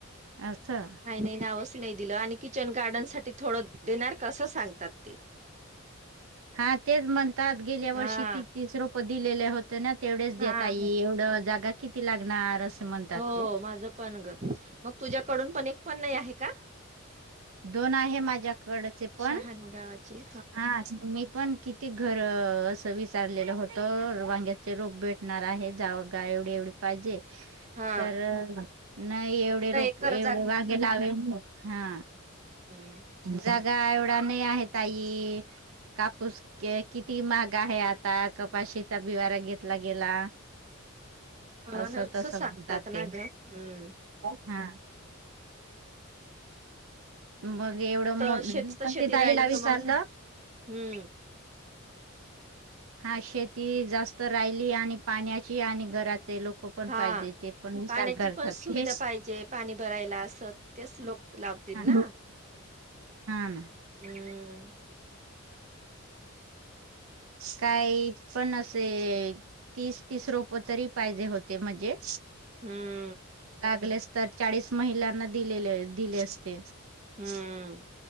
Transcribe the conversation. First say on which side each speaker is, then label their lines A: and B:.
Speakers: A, on the right; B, on the right.
A: असं
B: नाही नाही नावच नाही दिलं आणि किचन गार्डन साठी थोडं देणार का असं सांगतात ते.
A: हा तेच म्हणतात गेल्या
B: हा
A: वर्षी ती तीस रोपं दिलेले होत तं ना तेवढेच दया
B: हा
A: ताई एवढं जागा किती लागणार? असं म्हणतात
B: हो
A: ते
B: माझं पण ग मग तुझ्याकडून पण एक पण नाही आहे का?
A: दोन आहे माझ्याकडचे पण
B: शहाण गावाची
A: हा. मी पण किती घर असं विचारलेलं होतं वांग्याचे रोपबेट, णार आहे जाव गाय एवढी एवढी पाहिजे.
B: हा
A: तर नाही एवढे
B: तर एकर
A: रोप एवढे वागे लावे हा.
B: हम.
A: जागा एवढा नाही आहे ताई. कापूस किती महाग आहे आता कपाशीचा बिवारा घेतला गेला.
B: अ
A: असं
B: नसकच
A: तसं
B: सांगतात
A: म्हणतात
B: ना
A: ते
B: गं हम्.
A: हा. मग एवढं
B: तर
A: मो
B: शेती
A: मी
B: तर
A: पण
B: शेती
A: ते ताईला
B: राहिली का
A: विचारलं.
B: मग हम्म.
A: हा शेती जास्त राहिली आणि पाण्याची आणि घराचे लोक. पण
B: हा
A: पाहिजे ते पण विचार
B: पाण्याची
A: करतात
B: पण सुविधा
A: ते
B: पाहिजे पाणी भरायला असत तेच लोक. लावतील
A: हा
B: ना
A: ना.
B: हम्
A: काही पण असे, तीस तीस रोप तरी पाहिजे होते म्हणजे,
B: हम्म
A: लागलेस तर चाळीस महिलांना दिलेले दिले असते. <unintelligible>
B: हम्म